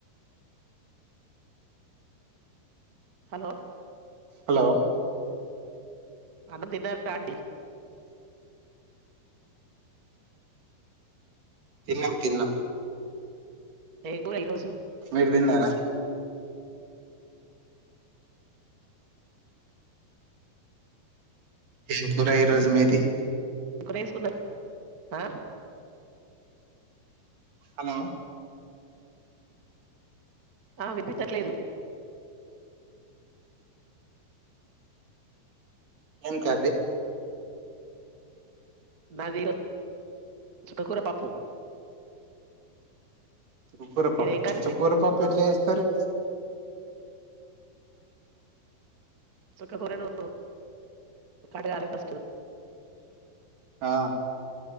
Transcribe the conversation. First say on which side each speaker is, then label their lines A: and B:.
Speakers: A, on the right; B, on the right.
A: హలో
B: హలో
A: అన్నం తిన్నారా అండి
B: తిన్నాం తిన్నాం
A: ఏం కూర ఈరోజు
B: మీరు తిన్నారా ఏం కూర ఈ రోజు మీది
A: ఏం కూర చేసుకున్నారు ఆ
B: హలో
A: ఆ వినిపించట్లేదు
B: ఏం కర్రి
A: నాది ఈరోజు సుక్కకూర పప్పు
B: చుక్కుకూరపప్పు
A: మీది ఏం కర్రీ
B: చుక్కురపప్పు ఎట్లా చేస్ స్థారు
A: చుక్క కూరను కడగాలి ఫస్ట్
B: ఆ